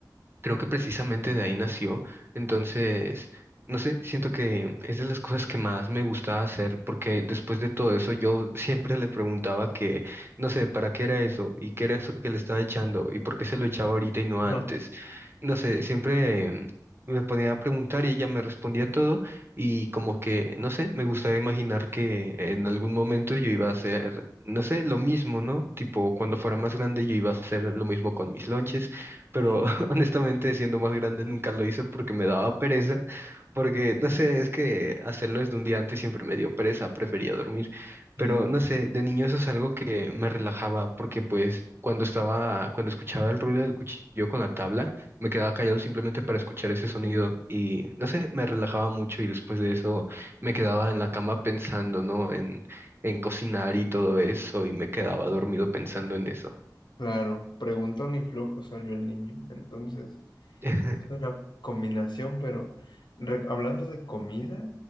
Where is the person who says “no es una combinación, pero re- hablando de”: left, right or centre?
Left